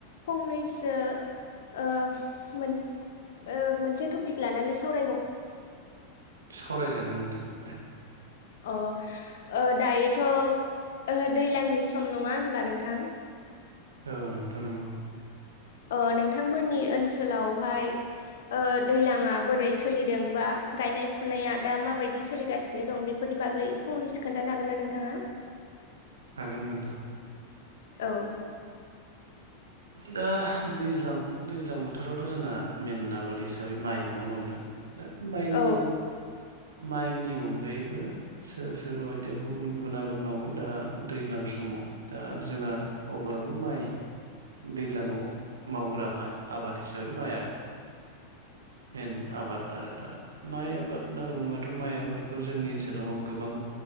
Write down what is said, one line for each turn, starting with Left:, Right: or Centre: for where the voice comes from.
Left: फंनैसो ओ मोन ओ मोनसे टपिक लानानै साव
Right: सावरायजागोन नोंथां दे
Left: अ ओ दायोथ' ओ दैज्लांनि सम नङा होमब्ला नोंथां?
Right: औ नोंथां नंगौ
Left: ओ नोंथांमोननि ओनसो सोलावहाय ओ दैलांङा बोरै सोलिदों बा गायनाय फुनाया दा माबायदि सोलिगासिनो दं बेफोरनि बागै फंनैसो खोनथानो हागोन ना नोंथाङा?
Right: हागोन नोंथां
Left: औ
Right: दा दैज्लां दैज्लां बोथोरावथ' जोंहा मेन आबाद हिसाबै माइ नङा होमबा नोंथां दा माइनि
Left: औ
Right: माइनि अनगायैबो सोर सोरबा बायदिया गुबुन गुबुन आबाद मावो दा दैज्लां समाव दा जोंहा अब्लाबो माइ दैलाङाव मावग्रा मा आबाद हिसाबै माइआ मेन आबाद आरो दा माइ आबाद होनना बुङोबाथ' माइ आबादखौ जोंनि ओनसोलाव गोबां